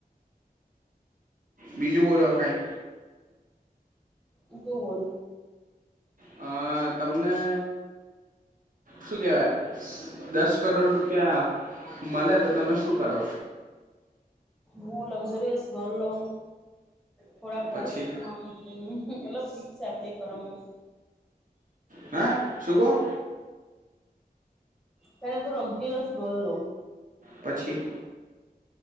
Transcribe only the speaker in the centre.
એ તું બોલ.
હું લક્ઝુરિયસ હલો થોડા પોસ્ટમાં
મુકૂં. મતલબ ફિક્સ એફ ડી કરાઉં.
પેલા તો લક્ઝુરિયસ ઘર લઉં.